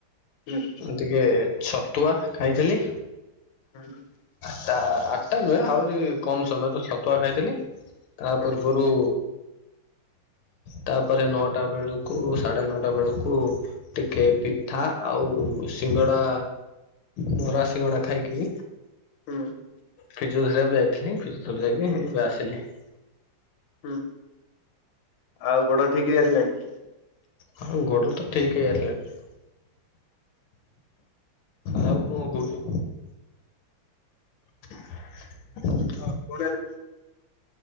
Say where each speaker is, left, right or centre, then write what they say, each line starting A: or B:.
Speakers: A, on the left; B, on the left.
A: ହୁଁ।
B: ଟିକେ ଛତୁଆ ଖାଇଥିଲି।
A: <unintelligible>
B: ତା ଆଠଟା ନୁହେଁ ଆହୁରି କମ ସମୟରେ ଛତୁଆ ଖାଇଥିଲି ତା
A: ହୁଁ
B: ପୂର୍ବରୁ ତାପରେ ନଅଟା ବେଳୁକୁ ସାଢେ ନଅଟା ବେଳୁକୁ। ଟିକେ ପିଠା ଆଉ ସିଙ୍ଗଡ଼ା ବରା ଶିଙ୍ଗଡ଼ା ଖାଇକି
A: ହୁଁ
B: ଫିଜୁରେ ବି ଯାଇଥିଲି ଫିଜୁ ଯି ଏବେ
A: ହୁଁ
B: ଆସିଲି <unintelligible>
A: ହୁଁ ଆଉ ଗଡ଼ ଠିକ ହେଇ ଆସିଲାଣି
B: ହଁ ଗୋଡ଼ ତ ଠିକ ହେଇ ଆସିଲାଣି ଆଉ କଣ କହୁଛ <unintelligible>
A: ହଁ ପଣ କୁ <unintelligible>